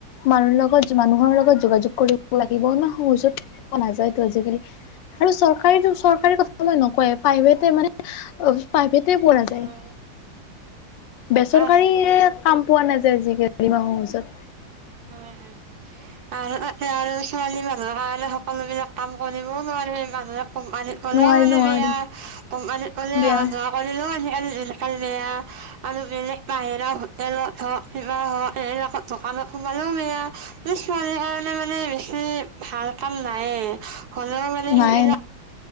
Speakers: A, on the left (about 75°); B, on the right (about 60°).
A: মানুহ লগত, মানুহৰ লগত যোগাযোগ কৰিব লাগিব, ইমান সহজত পোৱা নাযায়টো আজিকালি। আৰু চৰকাৰী চৰকাৰী কথা মই নক <unintelligible> পাইভেট এ মানে, পাইভেট, <unintelligible>
B: হয়
A: বেচৰকাৰী
B: হয়
A: কাম পোৱা নাযায়, আজিকালি <unintelligible> সহজত।
B: হয়, হয়। আৰু আৰু ছোৱালী মানুহৰ কাৰ আৰু সকলো বিলাক কাম কৰিবও নোৱাৰি মানুহে কোমাৰিত গ'লেও
A: নোৱাৰি
B: মানে
A: নোৱাৰি
B: বেয়া কোমাৰত ক'লে
A: বেয়া
B: অহা যোৱা কৰিলেও আজিকালি দিন কাল বেয়া আৰু বেলেগ বাহিৰা হোটেলত হওক। কিবা হওক এইবিলাকত দোকানত সোমালেও বেয়া, মানে ছোৱালীৰ কাৰণে মানে বেছি ভাল। কাম নাইয়ে, হলেও মানে সেইবিলাক।
A: নাই